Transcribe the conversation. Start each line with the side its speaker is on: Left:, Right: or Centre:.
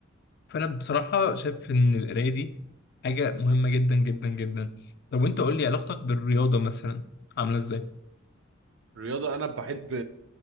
Left: فانا بصراحه شايف ان القرايه دي حاجه مهمه جدا جدا جدا طب وانت قول لي علاقتك بالرياضه مثلا عامله ازاي
Right: الرياضه انا بحب